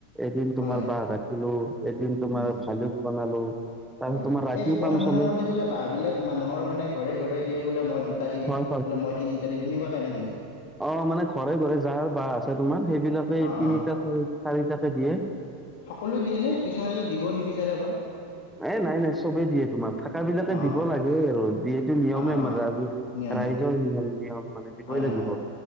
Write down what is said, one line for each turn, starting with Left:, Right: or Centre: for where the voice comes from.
Centre: এদিন তোমাৰ
Left: হয়
Centre: বাঁহ কাটিলো, এদিন তোমাৰ
Left: উম
Centre: ভালুক বনালো। তাৰপিছত
Left: হয়,
Centre: তোমাৰ ৰাতিও
Left: এই মই
Centre: কাম
Left: শুনা
Centre: চলে
Left: মতে, বোলে বাঁহ বিলাক মানুহৰ মানে ঘৰে ঘৰে দিয়ক বোলে মই দুটা দিম,
Centre: হয়
Left: বোলে মই তিনিটা দিম সেনেকুৱাকে নাকি?
Centre: অঁ, মানে ঘৰে ঘৰে যাৰ বাঁহ আছে তোমাৰ সেইবিলাকে
Left: অ
Centre: তিনিটাকে,
Left: অ
Centre: চাৰিটাকে দিয়ে।
Left: সকলোৱে দিয়ে নে? কিছুমানেটো দিব নিবিচাৰে হ।
Centre: এ নাই নাই চবেই দিয়ে তোমাৰ। থাকা বিলাকে
Left: অ',
Centre: দিব লাগে আৰু। যিহেতু নিয়মে
Left: অ',
Centre: আমাৰ
Left: অ',
Centre: ৰাজ
Left: নিয়ম
Centre: ৰাইজৰ নিয়ম, নিয়ম মানে দিবই
Left: হয়
Centre: লাগিব।
Left: হয়